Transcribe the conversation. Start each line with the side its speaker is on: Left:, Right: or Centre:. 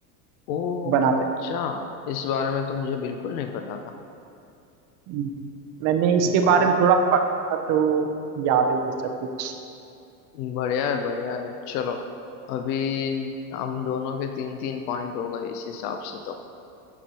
Left: ओ
Right: बनाते
Left: अच्छा इस बारे में तो मुझे बिल्कुल नहीं पता था
Right: हम्म। मैंने इसके
Left: वाह
Right: बारे में थोड़ा पढ़ा था, तो याद है ये सब कुछ
Left: बढ़िया है बढ़िया है चलो अभी हम दोनों के तीन तीन पॉइंट हो गए इस हिसाब से तो